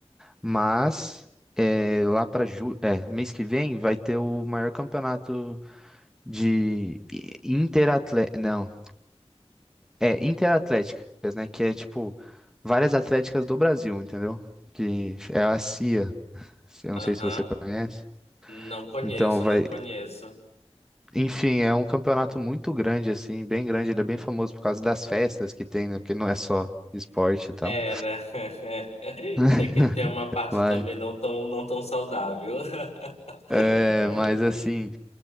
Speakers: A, in the centre; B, on the left.
A: Mas é, lá para ju é, mês que vem vai ter o maior campeonato de interatléticas. Não, é interatléticas, né? Que é tipo várias atléticas do Brasil, entendeu? Que é a CIA. Eu
B: Aham.
A: não sei se você conhece.
B: Não conheço,
A: Então vai,
B: não conheço.
A: Enfim, é um campeonato muito grande, assim, bem grande. Ele é bem famoso por causa das festas que tem, né? Porque não é só esporte e tal.
B: É, né? <laughs>
A: <laughs>
B: Tem que ter uma parte
A: Mas,
B: também não tão, não tão saudável. <laughs>
A: é, mas assim,